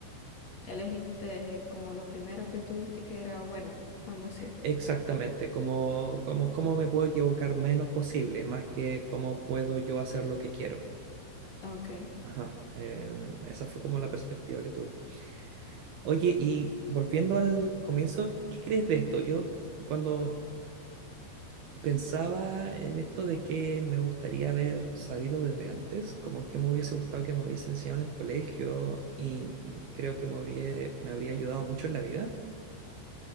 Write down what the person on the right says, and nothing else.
Exactamente, como, como, cómo me puedo equivocar menos posible, más que cómo puedo yo hacer lo que quiero.
Ajá. em, esa fue como la perspectiva que tuve. Oye, y volviendo al comienzo, ¿qué crees de esto? Yo cuando pensaba en esto de que me gustaría haber sabido desde antes, como que me hubiese gustado que me hubiesen enseñado en el colegio y creo que me habría, me habría ayudado mucho en la vida.